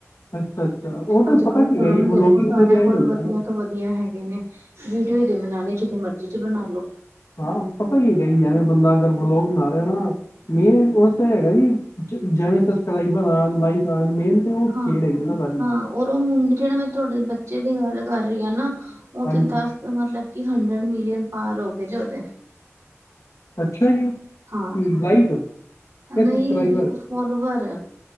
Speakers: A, on the left; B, on the right.
A: ਅੱਛਾ-ਅੱਛਾ, ਉਹ ਤਾਂ
B: ਅੱਜ
A: ਪਤਾ
B: ਕਲ੍ਹ
A: ਕੀ
B: ਫੋਨ
A: ਹੈਗਾ ਜੀ
B: ਦੇਖੋ,
A: ਵਲੋਗਿੰਗ
B: ਸਾਰਿਆਂ
A: 'ਚ ਤਾਂ ਇਹੀ
B: ਕੋਲ
A: ਹੁੰਦਾ
B: ਵਧੀਆ
A: ਨਾ।
B: ਤੋਂ ਵਧੀਆ ਵਧੀਆ ਹੈਗੇ ਨੇ, ਵੀਡੀਓ ਤੇ ਬਣਾਉਣੇ, ਜਿੱਦੇ ਮਰਜ਼ੀ ਚ ਬਣਾ ਲੋ।
A: ਹਾਂ, ਪਤਾ ਕੀ ਹੈਗਾ ਹੀ, ਐਵੇਂ ਬੰਦਾ ਅਗਰ ਬਲੋਗ ਬਨਾ ਰਿਹਾ ਨਾ ਮੇਨ ਉਹ ਤਾਂ ਹੈਗਾ ਜੀ, ਜਿਵੇਂ ਸਬਸਕ੍ਰਾਈਬਰ ਆਉਣ ਲਾਈਵ ਆਉਣ, ਮੇਨ। ਤੇ ਉਹ ਖੇਡ
B: ਹਾਂ
A: ਹੈਗੀ ਨਾ ਸਾਰੀ,
B: ਹਾਂ, ਔਰ ਉਹ ਮੁੰਡੇ, ਜਿਹੜੇ ਮੈਂ ਤੁਹਾਡੇ ਬੱਚੇ ਦੀ ਗੱਲ ਕਰ ਰਹੀ ਆਂ ਨਾ ਉਹ
A: ਹਾਂਜੀ।
B: ਤੇ ਦੱਸ, ਮਤਲਬ ਕਿ ਹੰਡਰਡ ਮਿਲੀਅਨ ਪਾਰ ਹੋ ਗਏ ਜੇ ਔਦੇ।
A: ਅੱਛਾ ਜੀ,
B: ਹਾਂ,
A: ਲਾਈਕ ਕੇ
B: ਨਹੀਂ
A: ਸਬਸਕ੍ਰਾਈਬਰ
B: ਫੋਲੋਵਰ